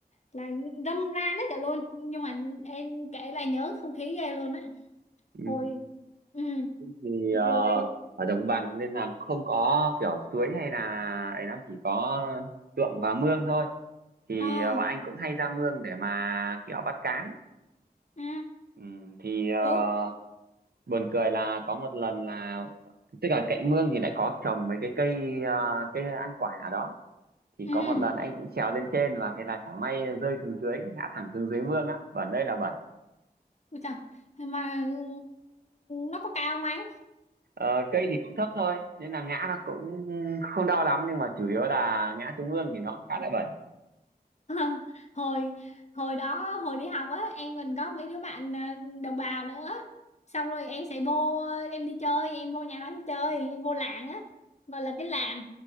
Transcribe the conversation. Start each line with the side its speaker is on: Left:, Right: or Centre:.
Left: là râm ran hết cả luôn nhưng mà em kể lại nhớ không khí ghê luôn á
Right: không
Left: hồi ừ
Right: thì ờ,
Left: rồi
Right: ở đồng bằng nên là không có kiểu suối hay là ấy lắm chỉ có ruộng và mương thôi thì
Left: à
Right: ờ, bọn anh cũng hay ra mương để mà kiểu bắt cá
Left: ừ
Right: ừ, thì ờ,
Left: đúng
Right: buồn cười là có một lần là tức là cạnh mương thì lại có trồng mấy cái cây ờ, cây ăn quả ở đó thì
Left: ừ
Right: có một lần anh cũng trèo lên trên và thế là chẳng may rơi xuống dưới ngã thẳng xuống dưới mương á bẩn đây là bẩn
Left: Ôi trời, mà ừ, nó có cao không anh?
Right: Ờ, cây thì cũng thấp thôi nên là ngã nó cũng không đau lắm nhưng mà chủ yếu là ngã xuống mương thì nó cũng khá là bẩn
Left: <laughs> hồi hồi đó hồi đi học á em mình có mấy đứa bạn à, đồng bào nữa xong rồi em sẽ vô em đi chơi em vô nhà nó em chơi em vô làng á gọi là cái làng